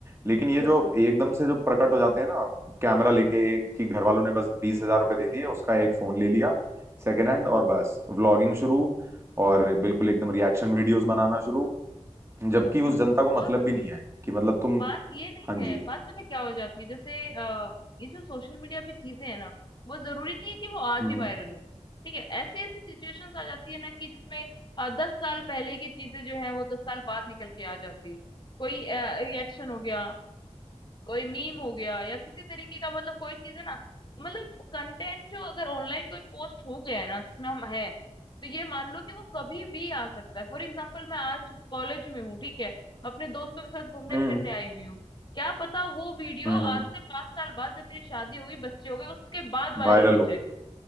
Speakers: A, on the right; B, on the left.
A: लेकिन ये
B: बिल्कुल
A: जो एकदम से जो प्रकट हो जाते हैं ना कैमरा लेके एक कि घर वालों ने बस बीस हजार रुपये दे दिए उसका एक फोन ले लिया सेकेंड हैंड और बस व्लॉगिंग शुरू और बिल्कुल एकदम रिएक्शन वीडियोस बनाना शुरू जबकि
B: हम्म।
A: उस जनता को मतलब
B: और
A: भी नहीं है कि मतलब तुम
B: बात ये नहीं
A: हाँ
B: है
A: जी
B: बात पता है क्या हो जाती है जैसे अ, ये जो सोशल मीडिया पे चीजें है ना वो जरूरी नहीं है कि वो आज
A: हम्म
B: ही वायरल हो ठीक है ऐसी ऐसी सिचुएशंस आ जाती है ना कि जिसमें आ, दस साल पहले की चीजें जो है वो दस साल बाद निकल के आ जाती है कोई रिएक्शन हो गया कोई मीम हो गया या किसी तरीके का मतलब कोई चीज है ना मतलब कंटेंट जो अगर ऑनलाइन कोई पोस्ट हो गया है ना जिसमें हम है तो ये मान लो कि वो कभी भी आ सकता है फॉर एग्जाम्पल मैं आज कॉलेज में हूँ ठीक है अपने दोस्तों के साथ घूमने
A: हम्म
B: फिरने आई हुई हूँ क्या पता वो वीडियो
A: हम्म
B: आज से पांच साल बाद जब मेरी शादी होगी बच्चे हो गए उसके बाद वायरल
A: वायरल
B: हो
A: हो
B: जाए